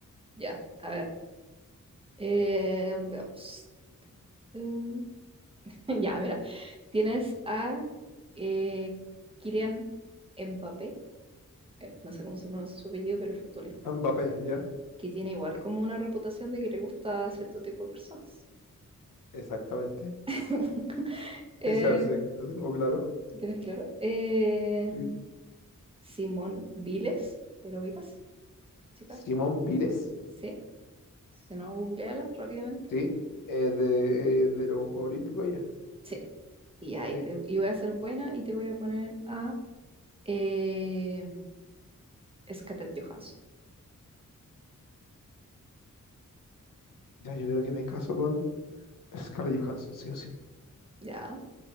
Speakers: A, on the right (about 15°); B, on the left (about 75°).
A: Ya, a ver. Eh, veamos. Mm, <laughs> Ya, mira. Tienes a eh, Kylian Mbappé, eh, no sé cómo se pronuncia su apellido, pero el futbolista,
B: Mbappé, ya,
A: que tiene igual como una reputación de que le gusta a cierto tipo de personas.
B: exactamente. <laughs>
A: <laughs> Eh,
B: Ya lo sé, lo tengo claro.
A: ¿tienes claro? Eh,
B: Sí.
A: Simón Viles, ¿ya lo ubicas? Chica.
B: Simón Viles,
A: Sí, si no, googleala rápidamente.
B: sí, eh, de, de los Juegos Olímpicos, ya.
A: Sí, y ahí
B: Sí.
A: te, y voy a ser buena y te voy a poner a eh, Scarlett Johansson.
B: Ya, yo creo que me caso con Scarlett Johansson, sí o sí,
A: Ya,